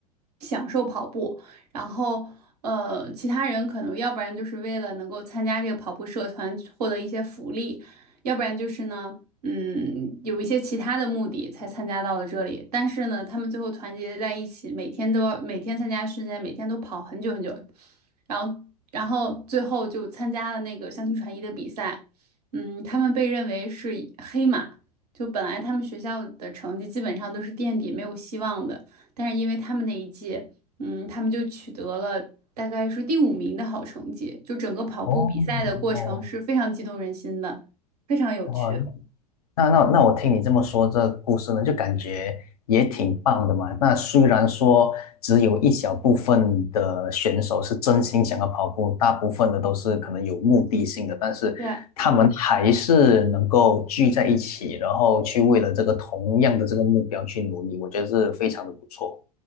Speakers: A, on the right; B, on the left.
A: 享受跑步，然后。呃，其他人可能要不然就是为了能够参加这个跑步社团获得一些福利，要不然就是呢，嗯，有一些其他的目的才参加到了这里，但是呢，他们最后团结在一起，每天都要每天参加训练，每天都跑很久很久，然后然后最后就参加了那个相亲传艺的比赛，嗯，他们被认为是黑马，就本来他们学校的成绩基本上都是垫底，没有希望的，但是因为他们那一届，嗯，他们就取得了大概是第五名的好成绩，就整个跑步比赛的过程是非常激动人心的，
B: 哦哦
A: 非常有趣。
B: 哦，那那那我听你这么说，这故事呢，就感觉也挺棒的嘛。那虽然说只有一小部分的选手是真心想要跑步，大部分的都是可能有目的性的，但是他们还是能够聚在一起，
A: 对。
B: 然后去为了这个同样的这个目标去努力，我觉得是非常的不错。